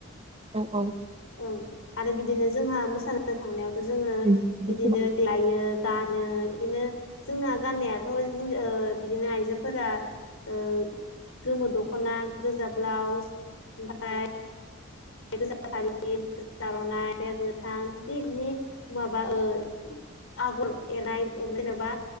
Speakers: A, on the right (about 25°); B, on the left (about 75°).
A: ओं ओं।
B: ओं आरो बिदिनो जोंहा मोसानो थांनायावथ' जोङो
A: उम उम
B: बिदिनो देलायो गानो बिदिनो जोंना गाननायाथ' हिन ओ बिदिनो आइजोफोरा ओ गोमो दख'ना गोजा ब्लाउस ओमफाय गोजा फारि गोजा आर'नाइ गोथां बिदिनि माबा ओ आगर एनाय जेनेबा